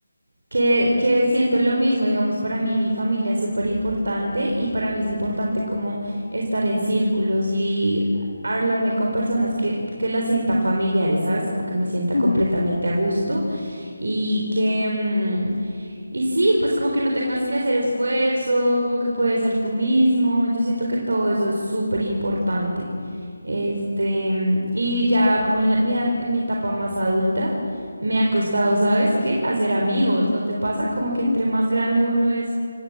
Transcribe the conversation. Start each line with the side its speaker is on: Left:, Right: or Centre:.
Right: que, que siento lo mismo, digamos, para mí mi familia es súper importante y para mí es importante como estar en círculos y hablarme con personas que, que las sienta familiares, ¿sabes? Como que me sienta
Left: Ujú,
Right: completamente
Left: ujú,
Right: a gusto y que, mm, y sí, pues como que no tengas que hacer esfuerzo, como que puedes ser tú mismo. Yo siento que todo eso es súper importante. Este, y ya como en, la- mi, a- en mi etapa más adulta, me ha costado, ¿sabes qué? Hacer amigos. ¿No te pasa como que
Left: ujú,
Right: entre más grande uno es,